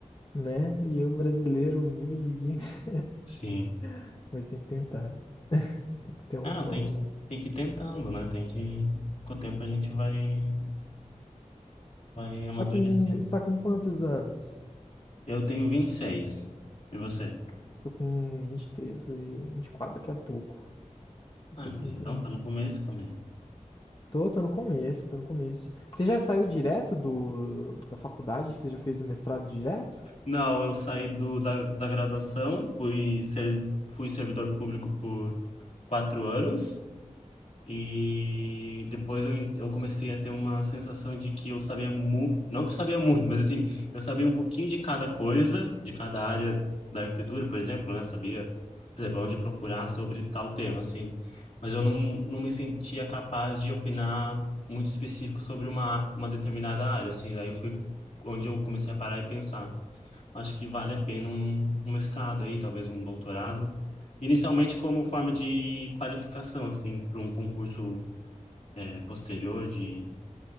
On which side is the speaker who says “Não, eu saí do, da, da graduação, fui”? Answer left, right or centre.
Left